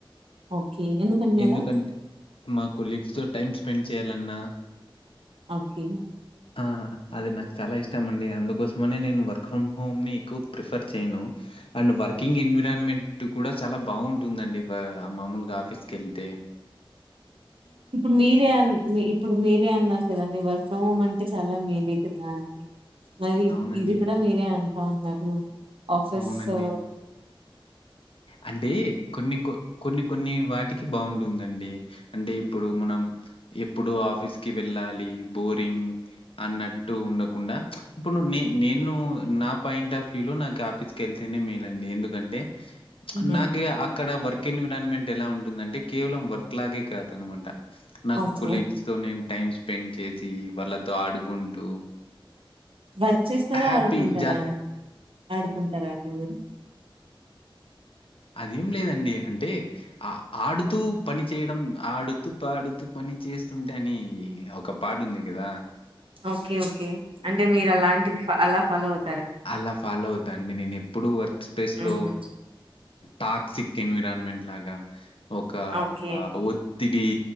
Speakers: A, on the right (about 75°); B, on the left (about 75°).
A: ఓకే ఎందుకండి
B: ఎందుకంటె
A: అలా
B: మా కొలీగ్స్ తో టైమ్స్ స్పెండ్ చేయాలన్నా
A: ఓకే
B: ఆ అది నాకు చాలా ఇష్టం అండి అందుకోసమనే నేను వర్క్ ఫ్రమ్ హోమ్ని ఎక్కువ ప్రిఫర్ చేయనూ అండ్ వర్కింగ్ ఎన్విరాన్మెంట్ టు కూడా చాలా బాగుంటుందండి ఆ మామూలుగా ఆఫీస్ కెళ్తే
A: ఇప్పుడు మీరే అన్ మి ఇప్పుడు మీరే అన్నారు కదండి వర్క్ ఫ్రమ్ హోమ్ అంటే చాలా మేలేకదా అనీ మరి
B: అవునండి.
A: ఇది కూడ మీరే అంట్ అన్నారు ఆఫీసో
B: అవునండి. అంటే కొన్ని కొ కొన్ని కొన్ని వాటికి బాగుంటుందండి అంటే ఇప్పుడు మనం ఎప్పుడు ఆఫీస్ కి వెళ్ళాలీ బోరింగ్ అన్నట్టు ఉండకుండా ఇప్పుడు నే నేను నా పాయింట్ ఆఫ్ వ్యూ లో నాకు ఆఫీస్ కెళ్తేనే మేలండి ఎందుకంటే
A: ఉహు
B: నాకిగ అక్ అక్కడ వర్క్ ఎన్విరాన్మెంట్ ఎలా ఉంటుందంటే కేవలం వర్క్ లాగే కాద అన్నమాట నాక్
A: ఓకే
B: కొలీగ్స్ తో నేన్ టైం స్పెండ్ చేసీ వాళ్ళతో ఆడుకుంటూ
A: వర్క్ చేస్తారా
B: హ్యాపీ
A: ఆడుకుంటరా
B: జాల్
A: అం ఆడుకుంట టారా అండి మీరు
B: అదేం లేదండి అంటే ఆ ఆడుతూ పని చేయడం ఆడుతూ పాడుతూ పని చేస్తుంటే అనీ ఒక పాట ఉంది కదా
A: ఓకే ఓకే అంటే మీరు అలాంటిది అలా ఫాలో అవు
B: అలా ఫాలో అవుతా అండి నేను ఎప్పుడూ వర్క్ స్పేస్ లో
A: ఉహు
B: టాక్సిక్ ఎన్విరాన్మెంట్ అట్లాగా ఒకా
A: ఓకే
B: ఒత్తిడీ...